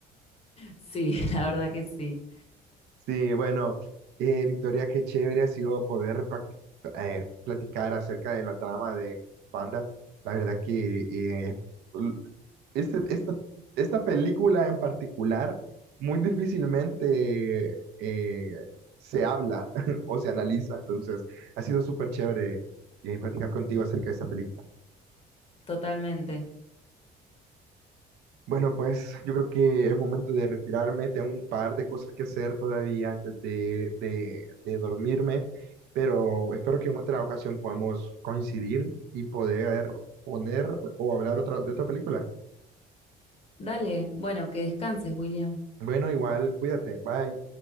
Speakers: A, on the left; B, on the right.
A: Sí, <laughs> la verdad que sí,
B: Sí, bueno, eh, Victoria, qué chévere ha sido poder practi- eh, platicar acerca de la trama de Panda. La verdad que eh, l- este- esta, esta película en particular muy difícilmente eh, se habla <laughs> o se analiza, entonces ha sido súper chévere eh, platicar contigo acerca de esta película.
A: totalmente.
B: Bueno, pues yo creo que es momento de retirarme. Tengo un par de cosas que hacer todavía antes de, de- de dormirme, pero espero que en otra ocasión podamos coincidir y poder poner o hablar otra, de otra película.
A: Dale, bueno, que descanses, William.
B: Bueno, igual, cuídate. Bye.